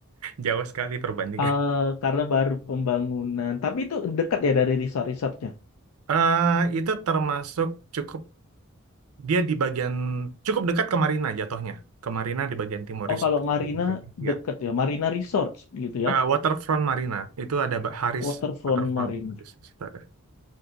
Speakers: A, on the right; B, on the left.
A: jauh sekali perbandingan.
B: Ah, karena baru pembangunan. Tapi itu dekat ya dari resort-resortnya.
A: Eh itu termasuk cukup dia di bagian cukup dekat ke Marina jatuhnya. Ke Marina di bagian timur
B: Oh,
A: Resort.
B: kalau Marina
A: Ya,
B: dekat ya. Marina Resort gitu ya.
A: Eh, Waterfront Marina itu ada Ba- Haris
B: Waterfront
A: Waterfront.
B: Marina.
A: Haris, di situ ada.